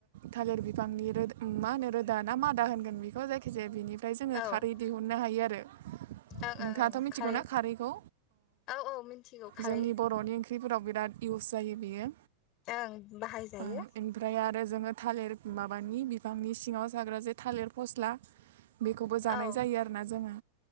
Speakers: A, on the right; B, on the left.
A: थालिर बिफांनि रोद- मा होनो रोदा ना मादा होनगोन बेखौ जायखि जाया बिनि- फ्राय जोङो
B: औ
A: खारै
B: ओं
A: दिहुननो हायो आरो
B: ओं
A: नोंथाङाथ'
B: ओं
A: मिथिगौ
B: खारै
A: ना खारैखौ
B: औ औ मिन्थिगौ खारै
A: जोंनि बर'नि ओंख्रिफोराव बिराद इउस जायो बेयो
B: ओं बाहायजायो
A: ओ इमफ्राय आरो जो थालिर माबानि बिफांनि सिङाव जाग्रा जे थालिर फस्ला बेखौबो जानाय
B: औ
A: जायो आरोना जोङो